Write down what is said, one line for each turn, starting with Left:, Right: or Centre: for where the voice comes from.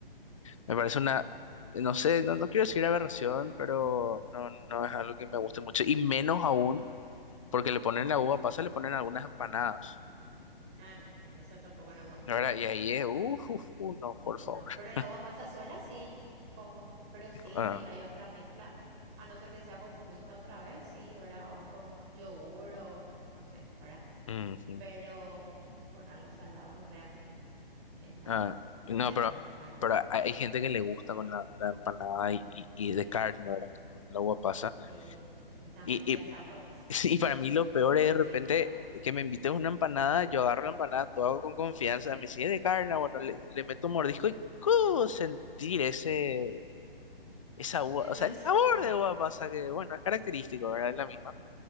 Left: Me parece una, no sé, no, no quiero decir aberración, pero no, no es algo que me guste mucho. Y menos aún, porque le ponen la uva pasa, le ponen algunas empanadas.
Right: Ah, no, eso tampoco no me gusta.
Left: Ahora, y ahí es, uff, no, por
Right: No,
Left: favor. <laughs>
Right: pero la uva pasa sola sí, como, pero sí,
Left: Dijo, ah,
Right: sí, hay otra mezcla, a no ser que sea con fruta otra vez, sí, ¿verdad? O con yogur o no sé, ¿verdad?
Left: ujú.
Right: Pero con algo salado realmente no. Está,
Left: Ah, no,
Right: hay algunas,
Left: pero,
Right: algunas.
Left: pero hay hay gente que le gusta con la, la empanada y, y, y de carne, ¿verdad? Le ponen la uva pasa.
Right: Sí, esa
Left: y
Right: mezcla
Left: y
Right: de sabores,
Left: Sí, Y para mí lo peor
Right: dulce
Left: es de repente
Right: y salado.
Left: que me invites una empanada, yo agarro la empanada, todo hago con confianza, me sigue de carne, bueno, le, le meto un mordisco y ¡cu! sentir ese, esa uva,
Right: El
Left: o
Right: dulzón,
Left: sea, el sabor de uva pasa que, bueno, es característico,
Right: sí,
Left: ¿verdad? Es la misma.